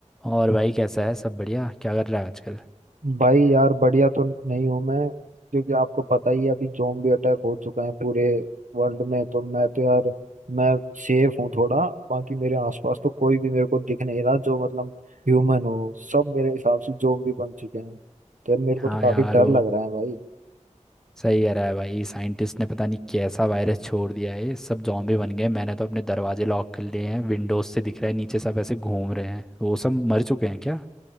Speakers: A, in the centre; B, on the right.
A: और भाई कैसा है सब बढ़िया क्या कर रहा है आजकल
B: भाई यार बढ़िया तो नहीं हूँ मैं क्योंकि आपको पता ही है अभी जोम्बी अटैक हो चुका है पूरे वर्ल्ड में तो मैं तो यार मैं सेफ हूँ थोड़ा बाकी मेरे आसपास तो कोई भी मेरे को दिख नहीं रहा जो मतलब ह्यूमन हो सब मेरे हिसाब से जोम्बी बन चुके हैं तो यार मेरे को
A: हाँ
B: तो काफी
A: यार
B: डर
A: वो
B: लग रहा है भाई
A: सही कह रहा है भाई साइंटिस्ट ने पता नहीं कैसा वायरस छोड़ दिया है सब जॉम्बी बन गए मैंने तो अपने दरवाजे लॉक कर लिए हैं विंडोज से दिख रहा है नीचे सब ऐसे घूम रहे हैं वो सब मर चुके हैं क्या